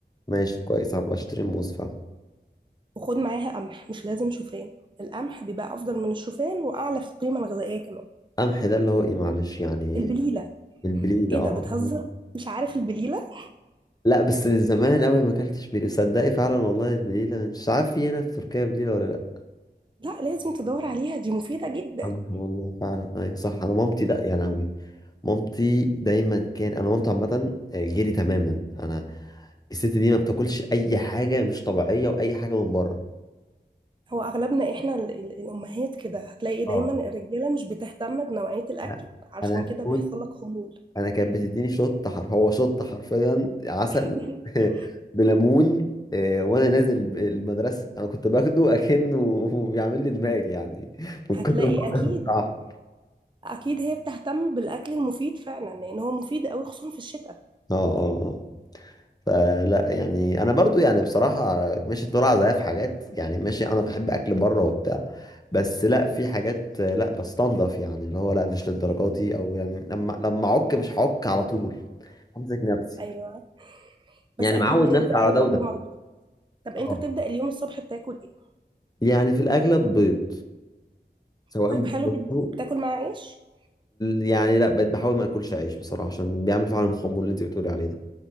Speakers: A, on the left; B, on the right.
A: ماشي كويس هبقى اشتري موز فعلا
B: وخد معاها قمح مش لازم شوفان القمح بيبقى افضل من الشوفان واعلى في القيمه الغذائيه كمان
A: قمح ده اللي هو ايه معلش يعني
B: البليله
A: البليلة
B: ايه
A: اه
B: ده بتهزر مش عارف البليله
A: لا بس من زمان قوي ما اكلتش بليلة صدقي فعلا والله البليلة مش عارف في هنا في تركيا بليلة ولا لا
B: لا لازم تدور عليها دي مفيده جدا
A: قمح والله فعلا ايوه صح انا مامتي ده يا لهوي مامتي دايما كان انا مامتي عامة آه، غيري تماما انا الست دي ما بتاكلش اي حاجة مش طبيعية واي حاجة من بره
B: هو اغلبنا احنا ال- ال- الامهات كده هتلاقي دايما
A: اه
B: الرجاله مش بتهتم بنوعيه الاكل
A: لا،
B: علشان
A: انا
B: كده
A: كنت
B: بيحصل لك خمول
A: انا كانت بتديني شط حر هو شط حرفيا عسل
B: <laughs>
A: <laughs> بليمون آه، وانا نازل ب- المدرسه انا كنت باخده اكنه <laughs> بيعمل لي دماغ يعني <laughs> من
B: هتلاقي
A: كتر ما
B: اكيد
A: بصراحه
B: اكيد هي بتهتم بالاكل المفيد فعلا لان هو مفيد قوي خصوصا في الشتاء
A: اه اه اه فلا يعني انا برضو يعني بصراحه ماشي طلع زيها في حاجات يعني ماشي انا بحب اكل بره وبتاع بس لا في حاجات آه، لا بستنضف يعني اللي هو لا مش للدرجه دي او يعني لما لما اعك مش هعك على طول همسك نفسي
B: ايوه بس
A: يعني
B: اكيد
A: معود
B: بتبدا
A: نفسي على
B: يومك
A: ده وده
B: بمخبوزات طب
A: اه
B: انت بتبدا اليوم الصبح بتاكل ايه
A: يعني في الاغلب بيض سواء
B: طيب
A: بالمسلوق
B: حلو جدا بتاكل مع عيش
A: يعني لا بقيت بحاول ما اكلش عيش بصراحه عشان بيعمل فعلا الخمول اللي انت بتقولي عليه ده